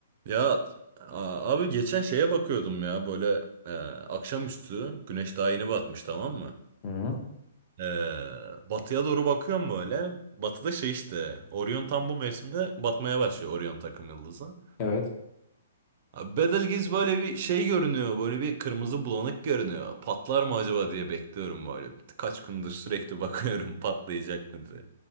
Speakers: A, on the right; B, on the left.
A: Ya a- abi geçen şeye bakıyordum ya böyle e, akşamüstü güneş daha yeni batmış tamam mı?
B: Hı hı.
A: E, batıya doğru bakıyorum böyle. Batıda şey işte Orion tam bu mevsimde batmaya başlıyor Orion takım yıldızı.
B: Evet.
A: Abi Betelgeuse böyle bir şey görünüyor böyle bir kırmızı bulanık görünüyor. Patlar mı acaba diye bekliyorum böyle. Kaç gündür sürekli bakıyorum <laughs> patlayacak mı diye.